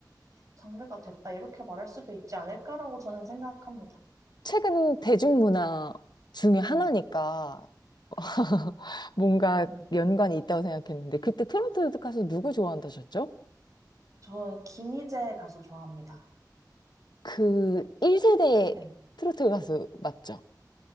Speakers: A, on the right; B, on the left.
A: 장르가 됐다 이렇게 말할 수도 있지 않을까라고 저는 생각합니다.
B: 최근 대중문화 중에 하나니까
A: 네,
B: <laughs>
A: 그쵸.
B: 뭔가
A: 네.
B: 연관이 있다고 생각했는데, 그때 트로트 가수 누구 좋아한다셨죠?
A: 저 김희재 가수 좋아합니다.
B: 그 1세대
A: 네.
B: 트로트 가수 맞죠?